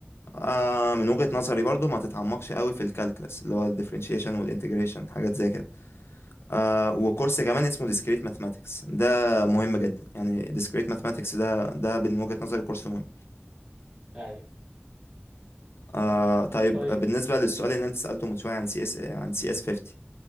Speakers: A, on the left; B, on the right.
A: آه من وجهة نظري برضو ما تتعمقش قوي في الكالكلس اللي هو الديفرنشيشن والانتجريشن حاجات زي كده آه وكورس
B: مم.
A: كمان اسمه discrete mathematics ده مهم جدا يعني discrete mathematics ده ده من وجهة نظري كورس مهم
B: ايوه
A: آه طيب
B: طيب
A: بالنسبة للسؤال اللي انت سألته من شوية عن سي اس عن سي اس 50